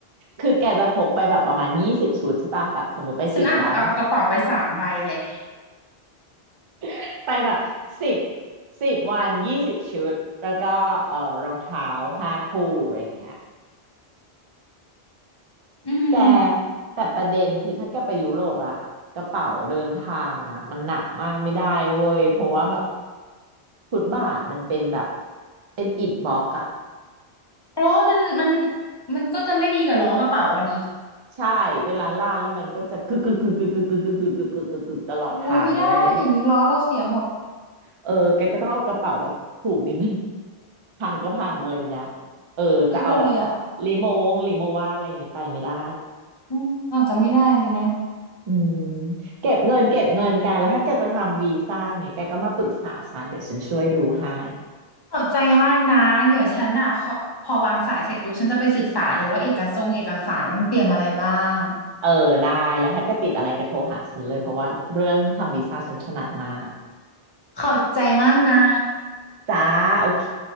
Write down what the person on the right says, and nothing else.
คือแกจะพกไปแบบประมาณยี่สิบชุดใช่ป่ะแบบสมมติไปสิบวัน
<laughs> ไปแบบสิบสิบวันยี่สิบชุดแล้วก็เออรองเท้าห้าคู่อะไรอย่างเงี้ย
แกแต่ประเด็นคือถ้าแกไปยุโรปอะกระเป๋าเดินทางอะมันหนักมากไม่ได้เว้ยเพราะว่าแบบฟุตบาทมันเป็นแบบเป็นอิฐบล็อกอะ
ใช่เวลาลาดแล้วมันก็จะกึกกึกกึกกึกกึกกึกกึกกึกกึกกึกกึกกึกตลอดทางเว้ย
เออแกก็ต้องเอากระเป๋าแบบถูกนิดนึง <laughs> พังก็พังอะไรอย่างเงี้ย
เออจะเอาแบบ
ลิโมวงลิโมว่าอะไรอย่างงี้ไปไม่ได้
อืมเก็บเงินเก็บเงินกันแล้วถ้าแกจะทำวีซ่าไงแกก็มาปรึกษาฉันเดี๋ยวฉันช่วยดูให้
เออได้แล้วถ้าแกติดอะไรแกโทรหาฉันเลยเพราะว่าเรื่องทำวีซ่าฉันถนัดมาก
จ้าโอเค